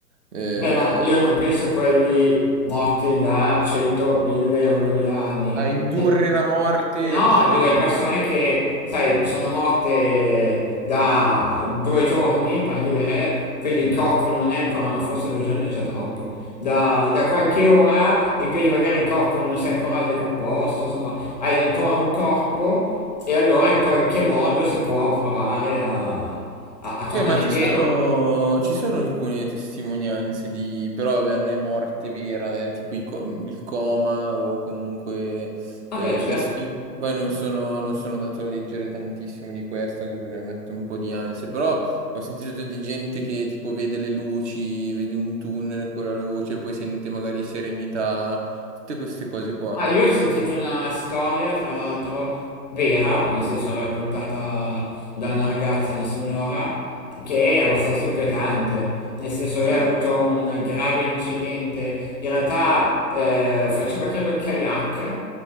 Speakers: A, on the right; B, on the left.
A: eh,
B: Beh, ma io non penso quelli morti da 100, 1000 o 2000 anni.
A: a indurre
B: Ne-
A: la morte
B: No,
A: e risvegliarla.
B: dico, le persone che, sai, sono morte da due giorni, per dire, quindi il corpo non è ancora, no, forse due giorni è già troppo, da, da qualche ora e quindi magari il corpo non si è ancora decomposto, insomma, hai ancora un corpo e allora in qualche modo si può provare a, a- a tornare
A: Beh, ma ci
B: indietro.
A: sono, ci sono alcune testimonianze di, però vabbè, non è morte vera, è tipo i co- il coma o comunque...
B: Vabbè,
A: eh,
B: certo.
A: adesso io poi non sono, non sono andato a leggere tantissimo di questo, anche perché mi mette un po' di ansia, però ho sentito di gente che tipo vede le luci, vede un tunnel con la luce, poi sente magari serenità, tutte queste cose qua.
B: Ah, io ho sentito una storia, tra l'altro, vera, nel senso raccontata da una ragazza, una signora, che è abbastanza inquietante. Nel senso, lei
A: Cioè?
B: ha avuto un grave incidente. In realtà, eh, faceva credo kayak